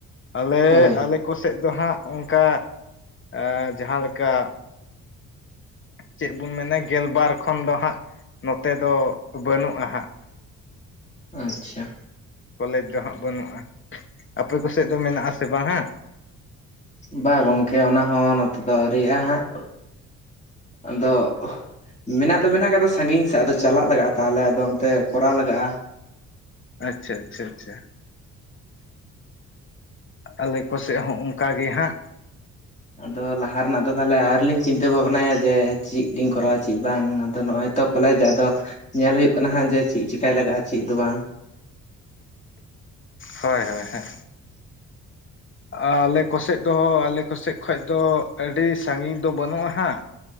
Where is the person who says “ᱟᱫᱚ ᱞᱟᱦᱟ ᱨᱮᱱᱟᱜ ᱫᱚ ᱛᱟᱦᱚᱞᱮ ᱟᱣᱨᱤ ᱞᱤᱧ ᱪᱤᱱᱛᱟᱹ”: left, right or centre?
Left